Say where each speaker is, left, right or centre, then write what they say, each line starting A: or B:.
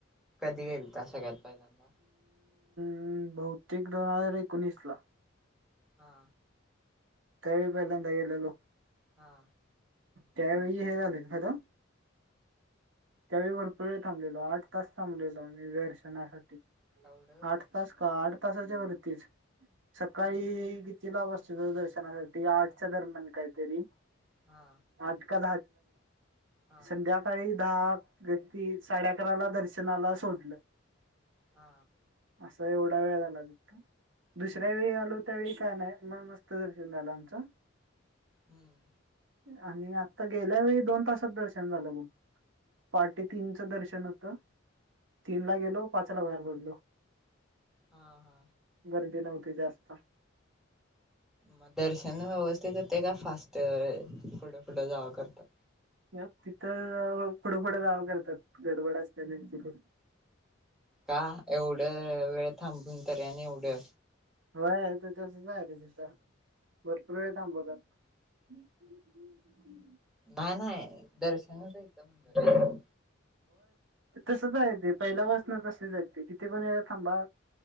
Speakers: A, in the centre; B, on the right.
A: कधी गेलता सगळ्यात पहिल्यांदा.
B: हम् बौतेक दोन हजार एकोणीस ला
A: हा
B: त्यावे पहिल्यांदा गेलेलो
A: हा
B: त्यावेळी हे झालं खता त्यावेळीभर पुळ थांबलेलो आठ तास थांबलेल मी दर्शनासाठी
A: एवढं व्हय
B: आठ तास का आठ तासाच्या वरतीच सकाळी ला वस्त दूरदर्शनासाठी आठच्या दरम्यान काहीतरी
A: हा
B: आटका
A: हा
B: संध्याकाळी दहा व्यक्ती साडे अकरा ला दर्शनाला सोडलं
A: हा
B: असं एवढा वेळ झाला त दुसऱ्या
A: हम्म
B: वेळी आलो त्यावेळी काय नाही म मत क दर्शन झालं आमचं
A: हम्म
B: आणि आता गेल्या वेळी दोन तासात दर्शन झालं मग पहाटे तीनच दर्शन होतं तीन ला गेलो पाचला बाहेर पडलो
A: हा हा
B: गर्दी नव्हती जास्त
A: मग दर्शन व्यवस्थित होते का फास्ट पुढे पुुढे जावं करतात
B: तिथं फोडंफडं गावं करतात गडबडा अस्टॅलचे ल
A: का एवढं वेळ थांबून ते आणि एवढं
B: हो आहे त तसच आहे रे तिथं भरपूर वेळ थांबवतात ह
A: नाही नाही दर्शनच यं म्हणर
B: तसचय ते पहिला वचन तसेचय ते किथे पण व थांबा